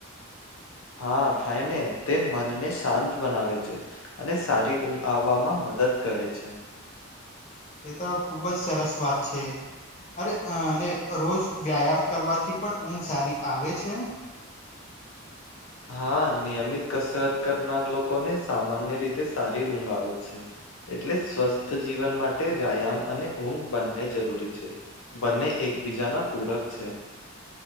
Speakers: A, on the left (about 85°); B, on the left (about 35°).
A: હા થાય ને તે મનને શાંત બનાવે છે. અને સારી ઊંઘ આવવામાં મદદ કરે છે.
B: એ તો ખુબ જ સરસ વાત છે. અરે અ અને રોજ વ્યાયામ કરવાથી પણ ઊંઘ સારી આવે છે.
A: હા નિયમિત કસરત કરનાર લોકોને સામાન્ય રીતે સારી ઊંઘ આવે છે. એટલે સ્વસ્થ જીવન માટ માટે વ્યાયામ અને ઊંઘ બંને જરૂરી છે બંને એકબીજાના પૂરક છે.